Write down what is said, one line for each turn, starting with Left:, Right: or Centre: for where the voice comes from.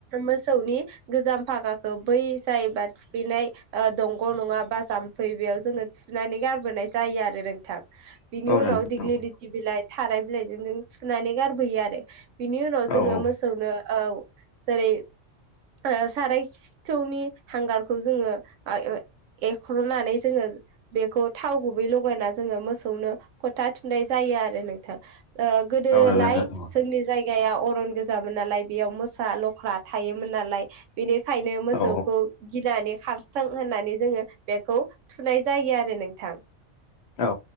Right: मोसौनि गोजाम फागाखौ बै जायोबा थुखैनाय ओ दंग' नङा बा जाम्फै बेयाव जोङो सुनानै गारबोनाय जायो आरो नोंथां। बिनि
Left: औ
Right: उनाव
Left: नोंथां
Right: दिग्लि
Left: नंगौ
Right: लिथि बिलाइ थाराय बिलाइजों जों थुनानै गारबोयो आरो। बिनि उनाव जोङो
Left: औ औ
Right: मोसौनो औ जेरै ओ साराय खिथौनि हांगारखौ जोङो आ ए-एख्रु'नानै जोङो बेखौ थाव गुबै लगायना जोङो मोसौनो फोथा थुनाय जायो आरो नों ओ गोदोलाय
Left: औ नंगौ नोंथां नंगौ
Right: जोंनि जायगा गाया अरन गोजामोन नालाय बेयाव मोसा लख्रा थायोमोन नालाय। बेनिखायनो मोसौखौ
Left: औ
Right: गिनानै खार थों होननानै जोङो बेखौ थुखैनाय जायो आरो नोंथां
Left: औ